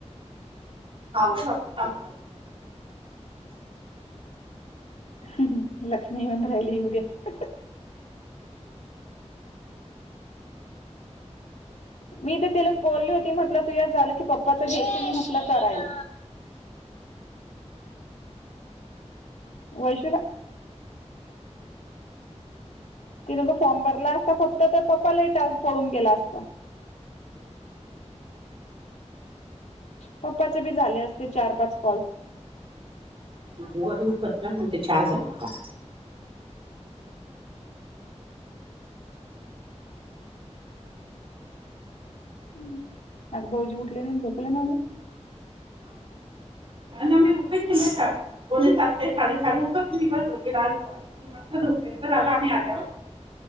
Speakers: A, on the right; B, on the left.
A: ह ह ह <unintelligible>
B: हूं लक्ष्मी येऊन राहिली येऊ दया मी तर तिला बोलली होती म्हटलं तू यात झालं की पप्पाच जेसम म्हटलं करायल वैशूला तिनें तो फॉर्म भरला असता फक्त पप्पा लईटास पडून गेला असता पप्पाचे बी झाले असते चार पाच कॉल
A: गुवारी पतला ना ते चहा झाला हा
B: हम् आता भाहऊजी उठलेली झोपलं नाझं
A: नम्े उपय निमष एकोणीसातले साडेसात वार्ष दिवस होते राजू आणि तीन वाजता ध होते राजा आम्ही आल्यावर